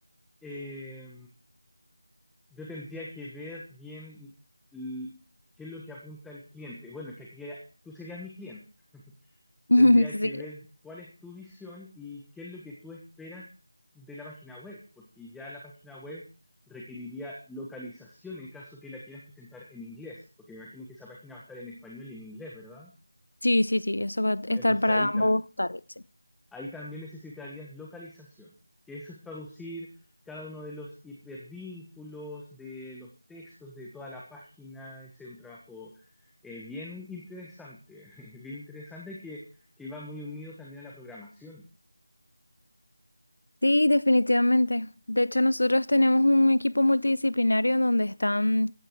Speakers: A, in the centre; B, on the left.
A: eh, yo tendría que ver bien l- qué es lo que apunta el cliente. Bueno, es que aquí tú serías mi cliente. <laughs>
B: <laughs>
A: Tendría
B: Sí,
A: que ver cuál es tu visión y qué es lo que tú esperas de la página web, porque ya la página web requeriría localización en caso que la quieras presentar en inglés, porque me imagino que esa página va a estar en español y en inglés, ¿verdad?
B: sí, sí, sí, eso va a estar
A: Entonces
B: para
A: ahí
B: ambos targets. Sí,
A: Ahí también necesitarías localización, que eso es traducir cada uno de los hipervínculos, de los textos, de toda la página. Ese es un trabajo eh, bien interesante, <laughs> bien interesante que, que va muy unido también a la programación.
B: Sí, definitivamente. De hecho, nosotros tenemos un equipo multidisciplinario en donde están